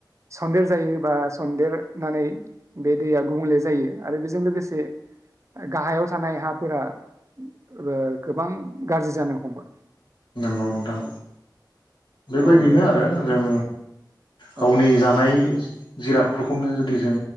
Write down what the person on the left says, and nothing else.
औ नोंथां बेबायदिनो
आरो जों गावनि
जानाय जिरादफोरखौनो जुदि जों